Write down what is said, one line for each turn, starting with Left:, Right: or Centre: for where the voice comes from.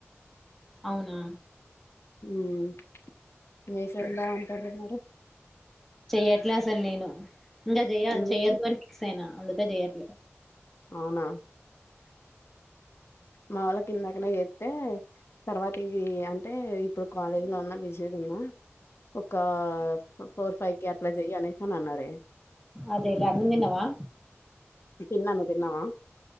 Centre: అవునా.
Left: ఉమ్ మెసిందా అంతర మరినారు.
Centre: చెయ్యట్లే అసలు నేను. ఇంకా చెయ
Left: ఎందుకు
Centre: చెయ్యొద్దు అని ఫిక్స్ అయినా. అందుకే చేయట్లే
Left: అవునా మా వాళ్ళకిందకనే చేత్తే తర్వాతి చెయ్ అంటే ఇప్పుడు కాలేజ్లో ఉన్న బిసిగున్న ఒకా ఫోర్ ఫైవ్కి ఆట్ల చెయ్ అనేసి అన్నారే.
Centre: అదేలే అన్నం తిన్నావా
Left: తిన్నాను తిన్నవా